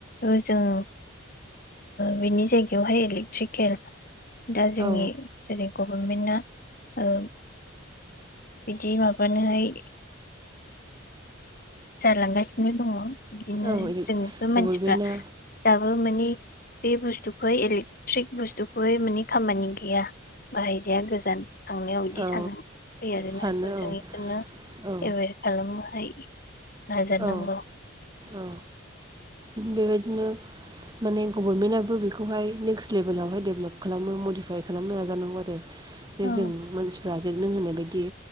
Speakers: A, on the left; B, on the right.
A: ओ जों ओ बिनि जायगायावहाय इलेक्ट्रिकेल दा जोंनि
B: औ
A: जेरै- गभर्मेन्टआ ओ बिदि माबानोहाय जालांगासिनो दङ। बिदिनो
B: औ इदि
A: जोंथ'
B: बबेबाना
A: मानसिफ्रा दाबो माने बे बुस्थुखौहाय इलेक्ट्रिक बुस्थुखौहाय माने खामानि गैया बाहायजाया गोजान थांनायाव बिदि
B: औ
A: सान फै आरोनाथ'
B: सानो औ
A: जों बेखौनो
B: औ
A: एवेर खालामोहाय नाजा नांगौ
B: औ औ बेबायदिनो माने गभर्नमेन्टआबो बेखौहाय नेकस्ट लेभेलावहाय डेभलप खालामो मडिफाइ खालामनो नाजानांगौ आरो जे
A: औ
B: जों मानसि फोरा जे नों होननाय बायदि